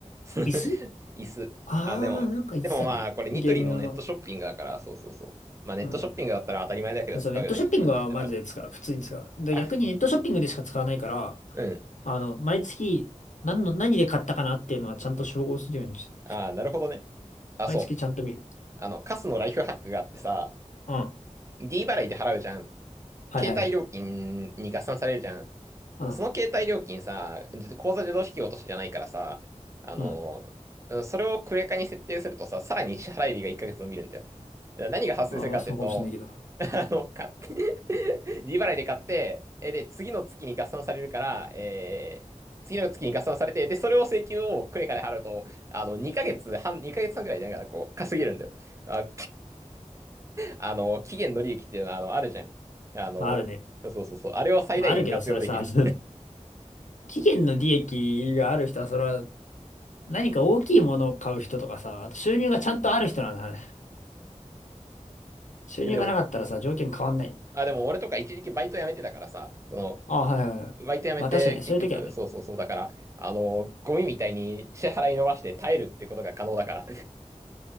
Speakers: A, on the left; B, on the right.
A: 椅子
B: <laughs> 椅子。
A: ああー、
B: あ、でも、
A: なんか言ってたね。
B: でもまあ、これニトリのネットショッピングだから、
A: ゲーム用の。
B: そうそうそう。まあ、ネットショッピングだったら当たり前だけど使うよね、
A: うん。そう、ネットショッピングはマジで使う。
B: みたいな話ではある。
A: 普通に使う。で、
B: あ、
A: 逆にネットショッピングでしか使わないから、
B: うん。
A: あの、毎月、何の、何で買ったかなっていうのはちゃんと照合するようにして、
B: あ、なるほどね。あ、
A: 毎月ちゃんと見る。
B: そう。あの、カスのライフハックがあってさ、
A: うん。は
B: D 払いで払うじゃん。
A: いはいはい。
B: 携帯料金に合算されるじゃん。
A: うん。
B: その携帯料金さ、口座自動引き落としじゃないからさ、あの、
A: うん。
B: うそれをクレカに設定するとさ、さらに支払い日が1ヶ月伸びるんだよ。何が発生するかっていうと、
A: あ、まあそうかもしれないけど。
B: <laughs> あの、買って <laughs> 利払い <laughs> で買って、え、で、次の月に合算されるから、えー次の月に合算されて、で、それを請求をクレカで払うと、あの、2ヶ月半、2ヶ月半ぐらい、なんかこう、稼げるんだよ。あ、あの、期限の利益っていうのは、あの、あるじゃん。あの、
A: まああるね。
B: そうそうそう、あれを最大限活用できる。
A: まああるけど、それさ、<laughs> 期限の利益がある人は、それは何か大きいものを買う人とかさ、あと収入がちゃんとある人なんだね。収入がなかったらさ、
B: え、でも、
A: 条件変わんない。
B: あ、でも俺とか一時期バイト辞めてたからさ、その、
A: あ、はいはいはい。
B: バイト辞めて結局、
A: まあ確かにね、そういう時はね、
B: そうそうそう、だから、あの、ゴミみたいに支払い伸ばして耐えるってことが可能だから、